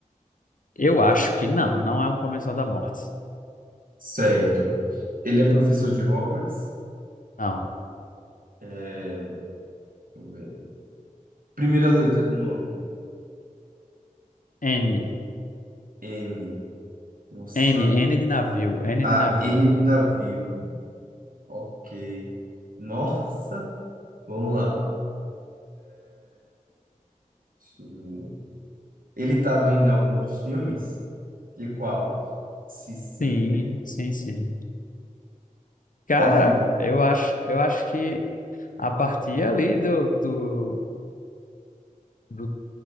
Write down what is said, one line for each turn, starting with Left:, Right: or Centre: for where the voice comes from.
Left: Eu acho que não, não é um comensal da morte.
Right: Certo. Ele é professor de Hogwarts.
Left: Não.
Right: É, Deixa eu ver. Primeira letra do nome.
Left: N.
Right: M. Nossa.
Left: N, N de navio, N
Right: A
Left: de navio.
Right: N de navio. Ok. Nossa. Vamos lá. Deixa eu ver. Ele estava em algum dos filmes? E qual? Se sim.
Left: Sim, sim, sim. Cara,
Right: Qual filme?
Left: eu acho, eu acho que a partir ali do, do, do